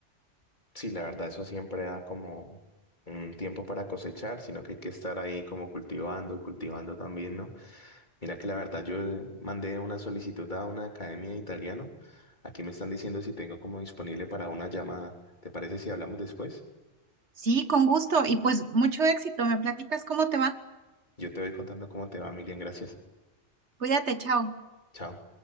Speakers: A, on the left; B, on the right.
A: Sí, la verdad, eso siempre da como un tiempo para cosechar, sino que hay que estar ahí como cultivando y cultivando también, ¿no? Mira que la verdad, yo eh, mandé una solicitud a una academia de italiano. Aquí me están diciendo si tengo como disponible para una llamada. ¿Te parece si hablamos después?
B: Sí, con gusto y pues mucho éxito. ¿Me platicas cómo te va?
A: Yo te voy contando cómo te va, Miriam. Gracias.
B: Cuídate, chao.
A: Chao.